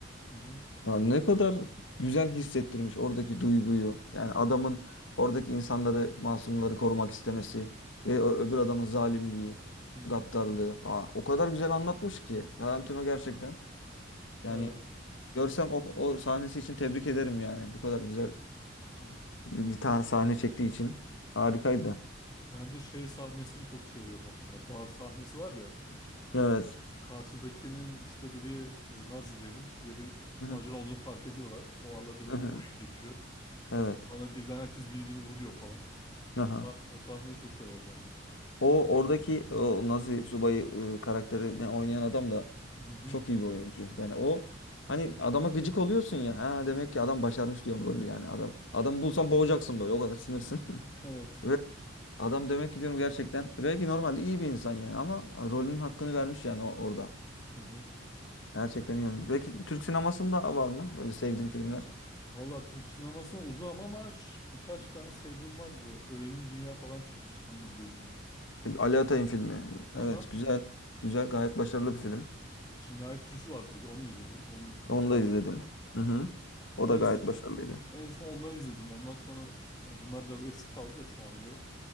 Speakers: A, on the left; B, on the left.
A: Hı hı.
B: Ya ne kadar güzel hissettirmiş oradaki duyguyu. Yani adamın oradaki insanları, masumları korumak istemesi ve ö- öbür adamın zalimliği,
A: Hmm.
B: gaddarlığı. Aa, o kadar güzel anlatmış ki Tarantino gerçekten. Yani
A: Evet.
B: görsem o, o sahnesi için tebrik ederim yani. Bu kadar güzel
A: Hı.
B: bir tane sahne çektiği için. Harikaydı.
A: Ben de şey sahnesini çok seviyorum o filmde. Bar sahnesi var ya.
B: Evet.
A: Böyle karşıdakinin işte biri e, Nazilerin, diğeri
B: Hı hı.
A: ajan olduğunu fark ediyorlar. O aralarda böyle
B: Hı hı.
A: bir oyun geçiyor.
B: Evet.
A: Sonra birden herkes birbirini vuruyor falan.
B: Aha.
A: O, sah o sahneyi çok severim ben de.
B: O oradaki o Nazi subayı e, karakterini oynayan adam da
A: Hı hı.
B: çok iyi bir oyuncu. Yani o hani adama gıcık oluyorsun ya. Ha demek ki adam başarmış diyorum rolü yani adam. Adam bulsan boğacaksın böyle o kadar sinirsin. <laughs>
A: Evet.
B: Ve adam demek ki diyorum gerçekten belki normalde iyi bir insan yani ama rolünün hakkını vermiş yani o- orada.
A: Hı hı.
B: Gerçekten iyi oynamış. Belki Türk sinemasında var mı böyle sevdiğin filmler?
A: Valla Türk sinemasına uzağım ama ş- birkaç tane sevdiğim vardı. Ölümlü Dünya falan çıkmıştı. Bilmiyorum duydun mu?
B: E, Ali Atay'ın filmi.
A: Hı
B: Evet
A: hı.
B: güzel. Güzel gayet başarılı bir film.
A: Cinayet Süsü vardı bir de. Onu izledim. Onun, o
B: Onu
A: da Ali
B: da izledim.
A: Atay.
B: Hı hı. O
A: En,
B: da gayet
A: s-
B: başarılıydı.
A: en son onları izledim. Ondan sonra yani bunlar biraz eski kaldı da şu ana göre.